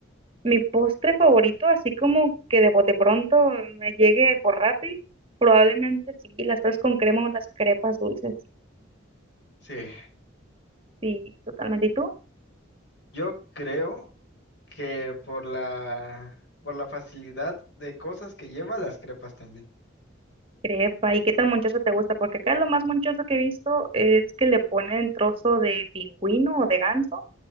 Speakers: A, on the right; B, on the left.
A: Mi postre favorito, así como que de bote pronto me llegue por Rappi, probablemente sí, las fresas con crema o las crepas dulces,
B: Sí.
A: sí, totalmente. ¿Y tú?
B: Yo creo que por la, por la facilidad de cosas que lleva las crepas también.
A: Crepa, ¿y qué tan monchoso te gusta? Porque acá lo más monchoso que he visto es que le ponen trozo de pingüino o de ganso